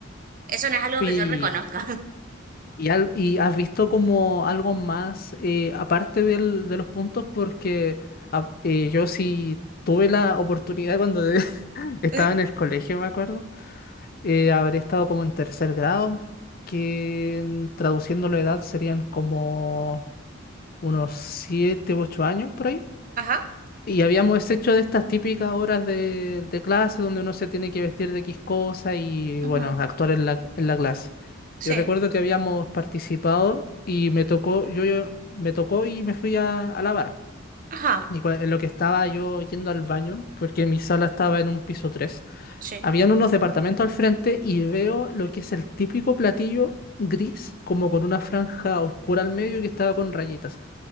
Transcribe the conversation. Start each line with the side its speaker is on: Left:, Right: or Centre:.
Right: Eso no es algo
Left: Y,
Right: que yo reconozca. <laughs>
Left: y, al- y has visto como algo más, eh, aparte del- de los puntos, porque ah, eh, yo sí tuve la oportunidad cuando <laughs> estaba
Right: Eh,
Left: en el colegio, me acuerdo. eh, habré estado como en tercer grado, que en- traduciendo la edad serían como unos 7 u 8 años por ahí.
Right: Ajá.
Left: Y habíamos hecho de estas típicas horas de, de clase donde uno se tiene que vestir de X cosa y,
Right: Ujú,
Left: bueno, actuar en la, en la clase.
Right: Sí.
Left: Yo recuerdo que habíamos participado y me tocó, yo, yo- me tocó y me fui a, a lavar.
Right: Ajá.
Left: Y cua- en lo que estaba yo yendo al baño, porque mi sala estaba en un piso tres
Right: Sí.
Left: habían unos departamentos al frente y veo lo que es el típico platillo gris, como con una franja oscura al medio que estaba con rayitas.